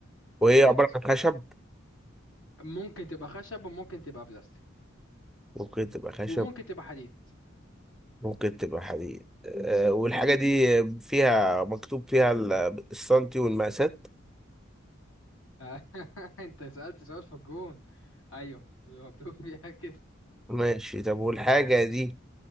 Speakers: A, on the left; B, in the centre.
A: بالظبط
B: وهي عبارة عن خشب
A: ممكن تبقى خشب وممكن تبقى بلاستيك
B: ممكن تبقى خشب
A: وممكن تبقى حديد
B: ممكن تبقى حديد آه والحاجة دي فيها مكتوب فيها ال- السنتي والمقاسات
A: آه، <laughs> انت سألت سؤال في الجون ايوه بيبقى مكتوب فيها كده
B: ماشي طب والحاجة دي